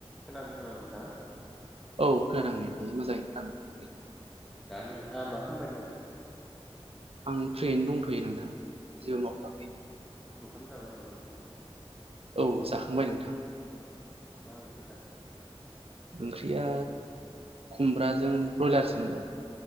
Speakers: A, in the centre; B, on the right.
A: खोनादों ना नोंथां
B: औ खनायदों नै मोजाङै <unintelligible>
A: दा नोंथाङा मा खालामबाय दङ
B: आं फ्रियैनो दंथयो नोंथां जेबो मावथवाखै
A: ओंखाम जाबाय नामा नोंथां
B: औ जाखांबाय नोंथां
A: औ मा ओंख्रि जाखो
B: ओंख्रिया खुमब्राजों ब्रयलारसो मोन